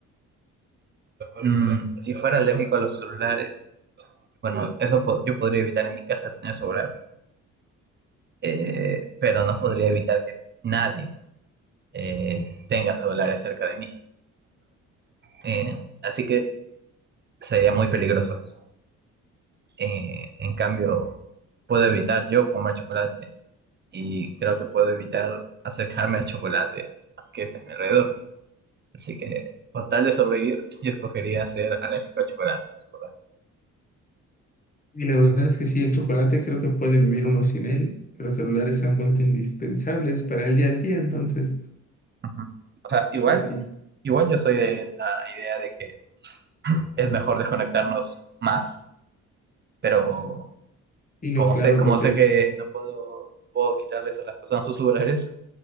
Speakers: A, on the right; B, on the left.
A: Mm, si fuera alérgico a los celulares, Bueno, eso po- yo podría evitar en mi casa tener celular, eh, pero no podría evitar que nadie eh, tenga celulares cerca de mí. Eh, así que sería muy peligroso eso. Eh, en cambio, puedo evitar yo comer chocolate y creo que puedo evitar acercarme al chocolate que es a mi alrededor. Así que, con tal de sobrevivir, yo escogería ser alérgico al chocolate. en su lugar.
B: Y la verdad es que sí, el chocolate creo que puede vivir uno sin él, pero los celulares se han vuelto indispensables para el día al día, entonces,
A: Ujú. O sea, igual,
B: pues sí.
A: igual yo soy de la idea de que es mejor desconectarnos más, pero
B: Y no,
A: Como
B: claro,
A: sé, como
B: lo que
A: sé
B: es.
A: que no puedo, no puedo quitarles a las personas sus celulares,